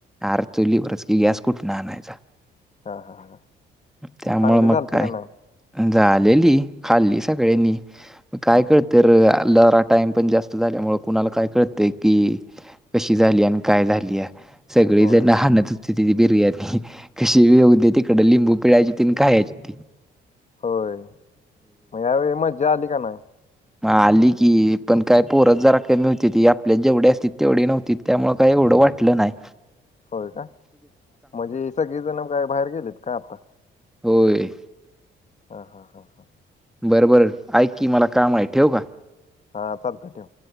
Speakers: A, in the centre; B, on the left.
A: अर्, चोलीवरच की, गॅस कुठन आणायचा.
B: हा. हा. हा.
A: त्याममुळ
B: चांगली झालती
A: मग काय,
B: का नाही?
A: झालेली, खाल्ली सगळ्यांनी, मग काय
B: हा
A: करत तर लहरा टाइम पण जास्त झाल्यामुळे, कुणाला काय कळतय की कशी झाल्या? आणि काय झाल्या? सगळीजण
B: होय होय
A: हणत होते ती बिर्याणी, कशी बी होऊदे तिकड, लिंबू पिळ तीन खायची होती.
B: होय, मग यावेळी मज्जा आली का नाय?
A: म आली की, पण काय पोरत जरा कमी होतीत, ती आपल्यात जजेवढी असत्यात तेवढी नव्हती. त्यामुळे काय एवढं वाटलं नाय.
B: होय का म्हणजे सगळे जण मग काय बाहेर गेलेत का आता?
A: होय
B: हा हा हा हा
A: बरबर ऐ की मला काम आहे ठेव का?
B: हा चालतंय चालतंय